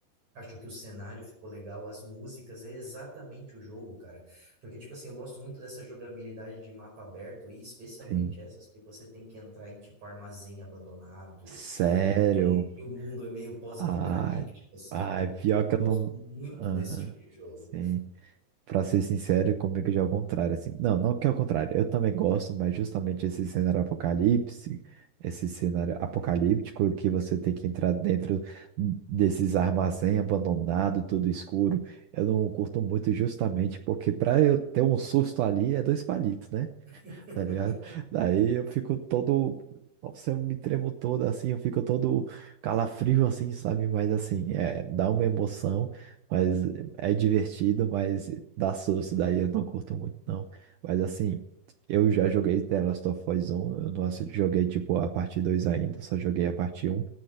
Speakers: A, on the right (about 40°); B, on the right (about 80°).
A: Acho que o cenário ficou legal, as músicas, é exatamente o jogo, cara. Porque, tipo assim, eu gosto muito dessa jogabilidade de mapa aberto e especialmente
B: Sim.
A: essas que você tem que entrar em, tipo, armazém abandonado,
B: Sério?
A: é, que o mundo é meio pós-apocalíptico,
B: Ai,
A: sabe?
B: ai, pior
A: Eu
B: que
A: gosto
B: eu não.
A: muito
B: Aham.
A: desse tipo de jogo.
B: Sim. Pra ser sincero, comigo já é o contrário, assim. Não, não que é o contrário. Eu também gosto, mas justamente esse cenário apocalipse, esse cenário apocalíptico que você tem que entrar dentro desses armazém abandonado, tudo escuro, eu não curto muito justamente porque pra eu ter um susto ali é dois palitos, né?
A: <laughs>
B: tá ligado? Daí eu fico todo. Nossa, eu me tremo todo assim, eu fico todo calafrio assim, sabe? Mas assim, é, dá uma emoção, mas é divertido, mas dá susto, daí eu não curto muito, não. Mas assim, eu já joguei The Last of Us 1, eu não assi- joguei tipo a parte 2 ainda, só joguei a parte um.